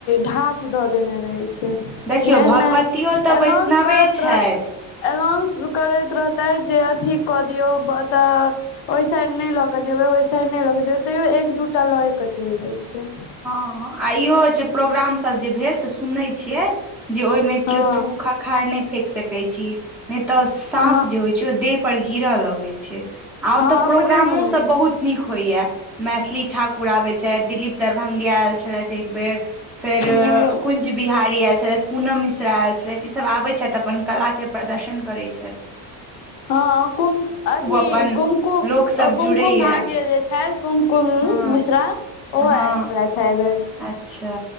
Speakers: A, on the left; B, in the centre.
A: ढाठ दऽ देने रहै छै
B: देखियौ
A: जे एहिमे
B: भगवतियो तऽ
A: एनाउंस
B: वैष्णवे
A: करैत
B: छथि
A: रहत अनाउंस करैत रहते जे अथी कऽ दियौताऽ ओहि साइड नहि ल जेबै ओहि साइड नय लऽ कऽ जेबै तैयो एक दू टा लऽ कऽ चल जाइ छै
B: हँ आइहो होय छै जे प्रोग्राम सब जे भेल तऽ सुनै छियै जे ओय में कियो
A: हँ
B: थूक अखाड़ नय फेेक सके छी ने तऽ साॅंप
A: अहाँ
B: जे होइ छै देह पर गिर लगे छै आ ओतऽ
A: अहाँ अपने
B: प्रोग्रामो
A: मुने
B: सब बहुत नीक होइया मैथिली ठाकुर आबे छैथ‌‌ थदिलीप दरभंगिया आयल छलेथ एक बेर फेर
A: हँ
B: कुंज बिहारी आयल छलैत पूनम मिश्रायल छलैथ ई सब आबै छथि अपन कला के प्रदर्शन करै छैथ
A: हँ कुम अथी
B: अपन
A: कुमकुम
B: लोक सब
A: कुमकुम
B: जुड़ैया
A: भाग्य जे छैथ कुमकुम
B: हँ
A: मिश्रा ओहो आयल
B: हँ
A: छलैथ ह एहि बेर
B: अच्छा